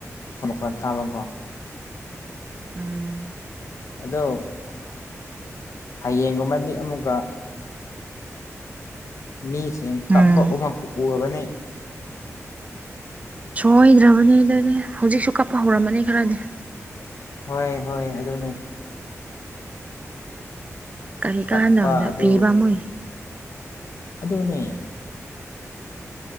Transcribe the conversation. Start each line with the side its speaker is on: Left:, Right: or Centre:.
Left: ꯍꯈꯣꯟ ꯆꯥꯝꯃꯒ
Right: ꯎꯝ
Left: ꯑꯗꯣ ꯍꯌꯦꯡꯒꯨꯝꯕꯗꯤ ꯑꯃꯨꯛꯀ ꯃꯤꯁꯤꯡ ꯀꯞꯄ
Right: ꯎꯝ
Left: ꯑꯃꯃꯈꯛ ꯎꯔꯒꯅꯤ
Right: ꯁꯣꯏꯗ꯭ꯔꯕꯅꯦ ꯑꯗꯨꯗꯤ ꯍꯧꯖꯤꯛꯁꯨ ꯀꯞꯄ ꯍꯧꯔꯝꯃꯅꯤ ꯈꯔꯗꯤ
Left: ꯍꯣꯏ ꯍꯣꯏ ꯑꯗꯨꯅꯦ
Right: ꯀꯔꯤ
Left: ꯀꯞꯄ
Right: ꯀꯥꯟꯗꯗ
Left: ꯑꯗꯨ
Right: ꯄꯤꯕ ꯑꯃꯨꯏ
Left: ꯑꯗꯨꯅꯦ